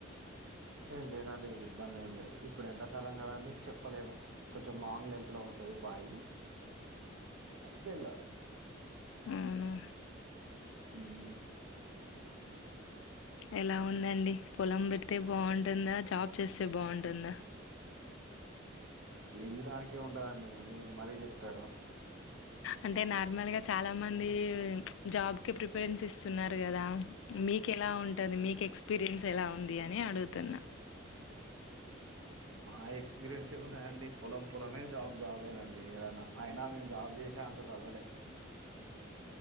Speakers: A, on the right (about 80°); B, on the left (about 70°).
A: ఏ లేదండి ఇబ్బంది ఏం లేదు ఇప్పుడు ఎండాకాలం కదండి చెప్పలేము కొంచెం లాంగ్ లెంత్ లో ఉంటది బ బయి అర్ కేళ్ళలి
B: ఆవునా
A: హ్మ్.
B: ఎలా ఉందండి పొలం పెడితే బాగుంటుందా జాబ్ చేస్తే బాగుంటుందా
A: దేంది దానికే ఉంటదండి మీరు మరీ చెప్తారు
B: అంటే నార్మల్ గా చాలా మంది జాబ్ కి ప్రిపరెన్స్ ఇస్తున్నారు కదా మీక్ కేలా ఉంటది మీకు ఎక్స్పీరియన్స్ ఎలా ఉంది అని అడుగుతున్నా
A: మా ఎక్స్పీరియన్స్ ఏమున్నాదండి పొలం పొలమే జాబ్ జాబెనండి ఏదన్నా అయినా మేము జాబ్ చే కే అంత సదువలే